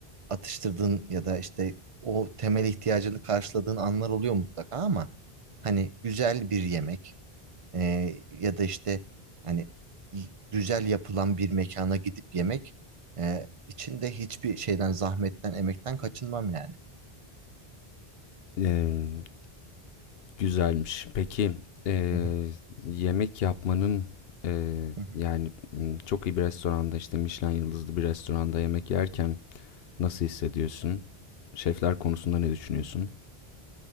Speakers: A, on the right (about 40°); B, on the left (about 70°).
A: atıştırdığın ya da işte o temel ihtiyacını karşıladığın anlar oluyor mutlaka ama hani güzel bir yemek ee, ya da işte hani y- güzel yapılan bir mekana gidip yemek e, içinde hiçbir şeyden zahmetten emekten kaçınmam yani.
B: Eee, güzelmiş. Peki eee,
A: Hı hı,
B: yemek yapmanın eee,
A: hı hı.
B: yani m, çok iyi bir restoranda işte Michelin yıldızlı bir restoranda yemek yerken Nasıl hissediyorsun? Şefler konusunda ne düşünüyorsun?